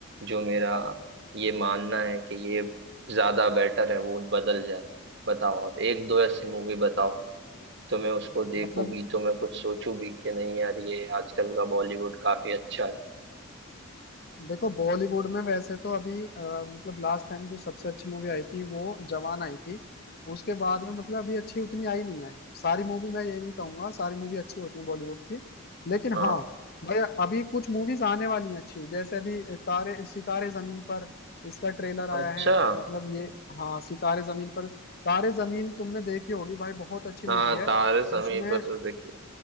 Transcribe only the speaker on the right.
जो मेरा ये मानना है कि ये ज्यादा बेटर है वो बदल जाए बताओ आप एक दो ऐसी मूवी बताओ तो मैं उसको देखूं
भी तो मैं कुछ सोचूं भी कि नहीं यार ये आजकल का बॉलीवुड काफी अच्छा है
हाँ
अच्छा
हाँ
तारे समय
पर तो देखिए